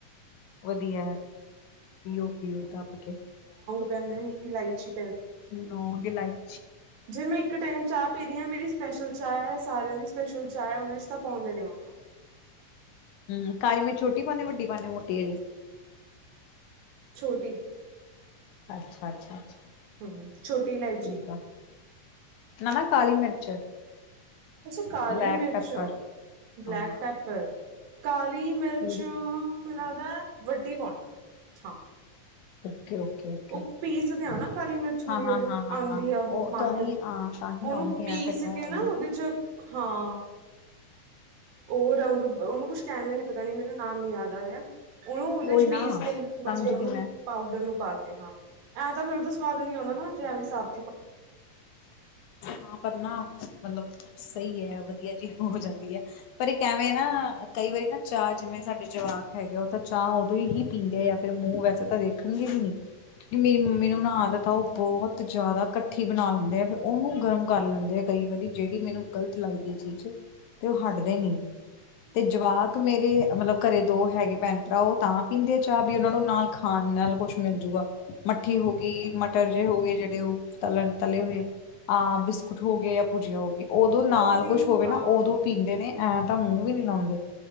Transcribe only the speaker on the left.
ਵਧੀਆ ਪੀਓ ਪੀਓ ਦੱਬ ਕੇ।
ਲੋਂਗ, ਇਲਾਚੀ
ਹੂੰ, ਕਾਲੀ ਮਿਰਚ ਛੋਟੀ, ਪਾਉਂਦੇ ਵੱਡੀ ਪਾਉਂਦੇ ਮੋਟੀ ਵਾਲੀ।
ਅੱਛਾ ਅੱਛਾ। ਅੱਛਾ
ਠੀਕ ਆ ਨਾ ਨਾ ਕਾਲੀ ਮਿਰਚ।
ਬਲੈਕ
ਪੈਪਰ ਹਾਂ
ਕਿਹੜੀ
ਪਾਉਂਦੇ?
ਓਕੇ ਓਕੇ ਓਕੇ
ਹਾਂ ਹਾਂ
ਹਾਂ ਹਾਂ
ਹਾਂ
ਤੋਂ ਹੀ
ਆ ਤਾਂ ਹੀ
ਆਊਗੀ
ਐ ਤਾਂ ਕਿਉਂ
ਆਊਗੀ
ਕੋਈ
ਨਾ
ਸਮਝ
ਗਈ
ਮੈਂ
ਹਾਂ ਪਰ ਨਾ ਮਤਲਬ ਸਹੀ ਹੈ ਵਧੀਆ। ਹੋ ਜਾਂਦੀ ਹ ਪਰ ਇੱਕ ਐਵੇਂ ਨਾ ਕਈ ਵਾਰੀ ਨਾ ਚਾ ਜਿਵੇਂ ਸਾਡੇ ਜਵਾਕ ਹੈਗੇ ਉਹ ਤਾਂ ਚਾਹ ਉਦੋਂ ਹੀ ਪੀਂਦੇ ਆ ਜਾਂ ਫਿਰ ਮੂੰਹ ਵੈਸੇ ਤਾਂ ਦੇਖਣਗੇ ਹੀ ਨਹੀਂ। ਕਿਉਂਕਿ ਮੇਰੀ ਮੰਮੀ ਨੂੰ ਆਦਤ ਉਹ ਬਹੁਤ ਜਿਆਦਾ ਘ ਇਕੱਠੀ ਬਣਾ ਲੈਂਦੇ ਆ ਫਿਰ ਉਹਨੂੰ ਗਰਮ ਕਰ ਲੈਂਦੇ ਆ ਕਈ ਵਾਰੀ ਜਿਹੜੀ ਮੈਨੂੰ ਗ਼ਲਤ ਲੱਗਦੀ ਚੀਜ਼। ਤੇ ਉਹ ਹਟਦੇ ਨੀ ਤੇ ਜਵਾਕ ਮੇਰੇ ਮਤਲਬ ਘਰੇ ਦੋ ਹੈਗੇ ਭੈਣ ਭਰਾ ਉਹ ਤਾਂ ਪੀਂਦੇ ਆ ਚਾਹ ਵੀ ਉਹਨਾਂ ਨੂੰ ਨਾਲ ਖਾਣ ਨਾਲ ਕੁੱਛ ਮਿਲਜੂਗਾ। ਮੱਠੀ ਹੋ ਗਈ ਮਟਰ ਜਿੇ ਹੋ ਗਏ ਜਿਹੜੇ ਉਹ। ਤਲਣ ਤਲੇ ਹੋਏ ਆ ਬਿਸਕੁਟ ਹੋ ਗਏ ਜਾਂ ਭੂਜੀਆਂ ਹੋ ਗਈ। ਉਦੋਂ ਨਾਲ
ਕੁਛ ਹੋਵੇ
ਨਾ ਉਦੋਂ ਪੀਂਦੇ ਨੇ ਐਂ ਤਾਂ ਮੂੰਹ ਵੀ ਨਹੀਂ ਲਾਉਂਦੇ।